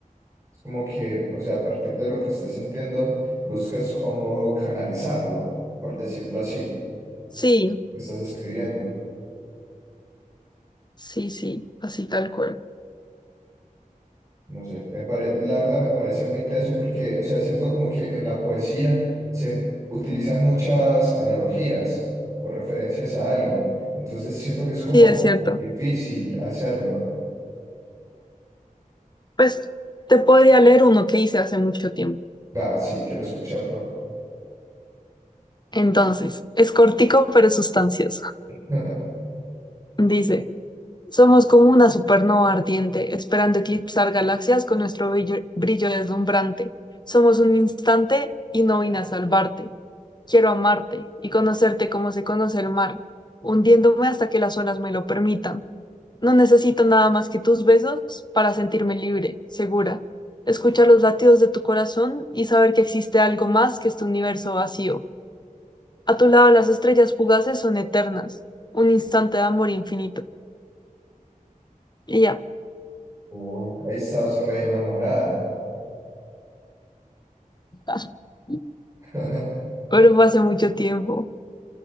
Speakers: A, on the right (about 20°); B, on the left (about 30°).
A: Es como que, o sea, a partir de lo que estás sintiendo, buscas cómo canalizarlo, por decirlo así,
B: Sí,
A: que estás escribiendo.
B: sí, sí, así tal cual.
A: No sé, me pare- la verdad me parece muy teso porque, o sea, siento como que en la poesía se utilizan muchas analogías o referencias a algo, entonces siento que es como
B: Sí, es cierto.
A: difícil hacerlo.
B: Pues te podría leer uno que hice hace mucho tiempo.
A: Va, sí, quiero escucharlo.
B: Entonces, es cortico pero sustancioso.
A: <laughs>
B: Dice, somos como una supernova ardiente, esperando eclipsar galaxias con nuestro brillo, brillo deslumbrante. Somos un instante y no vine a salvarte. Quiero amarte y conocerte como se conoce el mar, hundiéndome hasta que las olas me lo permitan. No necesito nada más que tus besos para sentirme libre, segura. Escuchar los latidos de tu corazón y saber que existe algo más que este universo vacío. A tu lado las estrellas fugaces son eternas, un instante de amor infinito. Y ya.
A: Uy, ahí estás re enamorada.
B: <laughs>
A: <laughs>
B: Pero fue hace mucho tiempo.